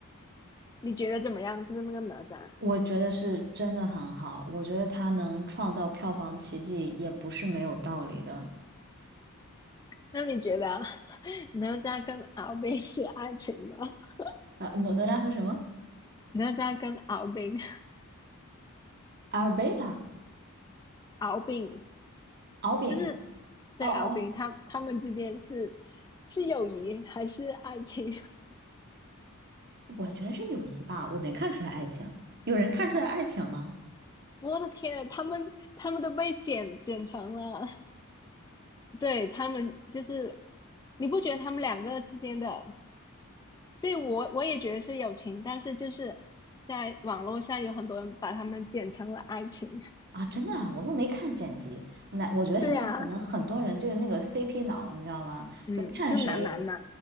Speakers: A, on the left; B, on the right.
A: 你觉得怎么样？就是那个哪吒，
B: 我觉得是真的很好，我觉得他能创造票房奇迹也不是没有道理的。
A: 那你觉得 <laughs> 哪吒跟敖丙是爱情吗？<laughs>
B: 呃，哪哪吒和什么？
A: 哪吒跟敖丙，
B: 阿尔贝塔、
A: 敖丙。
B: 敖丙。
A: 就是对敖丙他他们之间是
B: 哦哦哦
A: 是友谊还是爱情？
B: 我觉得是友谊吧，我没看出来爱情。有人看出来爱情吗？
A: <laughs> 我的天啊，他们他们都被剪剪成了，对他们就是你不觉得他们两个之间的？对我我也觉得是友情，但是就是在网络上有很多人把他们剪成了爱情。
B: 啊，真的啊，我都没看剪辑。那我觉得现在可能很多人就是那个
A: <laughs> 对啊，
B: CP 脑，你知道吗？
A: 嗯，
B: 就看谁，
A: 就男男嘛，